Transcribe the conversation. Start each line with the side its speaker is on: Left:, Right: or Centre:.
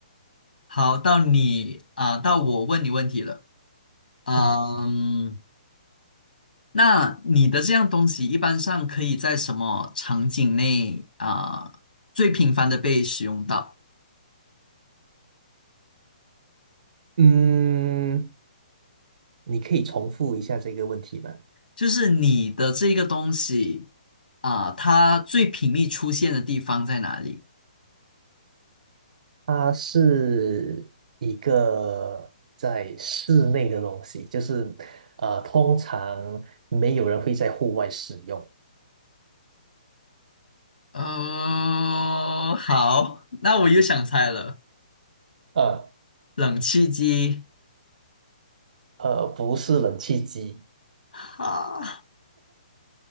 Left: 好，到你啊、到我问你问题了。
Right: 好，
Left: 嗯，
Right: 嗯，
Left: 那你的这样东西一般上可以在什么场景内啊、最频繁的被使用到？
Right: 嗯，你可以重复一下这个问题吗？
Left: 就是你的这个东西啊、它最频密出现的地方在哪里？
Right: 它是一个在室内的东西，就是呃，通常没有人会在户外使用。
Left: 哦，好，那我又想猜了，
Right: 呃
Left: 冷气机。
Right: 呃，不是冷气机。
Left: 哈，